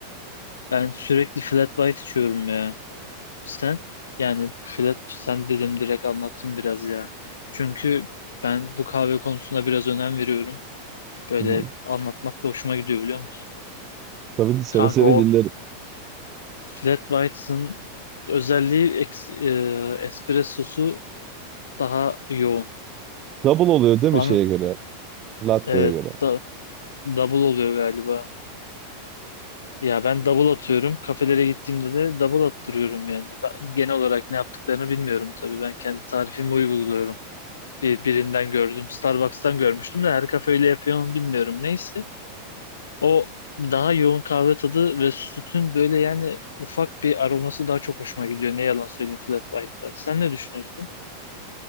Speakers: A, on the left; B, on the right.
A: Ben sürekli flat white içiyorum ya. Sen yani Fred, sen dedim direkt anlatayım biraz ya. Çünkü ben bu kahve konusuna biraz önem veriyorum. Böyle
B: Hı hı.
A: anlatmak da hoşuma gidiyor biliyor musun?
B: Tabii seve
A: Kanka
B: seve
A: o
B: dinlerim.
A: flat whites'ın özelliği eks- e, espressosu daha yoğun.
B: Double oluyor değil mi
A: Bana
B: şeye göre? Latte'ye
A: evet
B: göre.
A: da, double oluyor galiba. Ya ben double atıyorum. Kafelere gittiğimde de double attırıyorum yani. Ben genel olarak ne yaptıklarını bilmiyorum tabii. Ben kendi tarifimi uyguluyorum. bir, birinden gördüm. Starbucks'tan görmüştüm de her kafe öyle yapıyor mu bilmiyorum. Neyse. O daha yoğun kahve tadı ve sütün böyle yani ufak bir aroması daha çok hoşuma gidiyor. Ne yalan söyleyeyim Flat White'da. Sen ne düşünüyorsun?